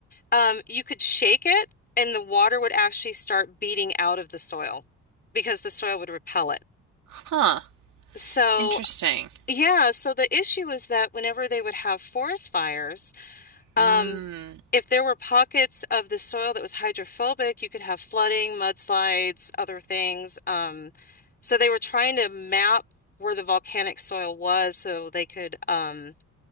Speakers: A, on the left (about 30°); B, on the right (about 75°).
A: Um, you could shake it and the water would actually start beating out of the soil because the soil would repel it.
B: Huh.
A: So,
B: Interesting.
A: yeah, so the issue is that whenever they would have forest fires, um,
B: Mm.
A: if there were pockets of the soil that was hydrophobic, you could have flooding, mudslides, other things. Um, so they were trying to map where the volcanic soil was so they could um,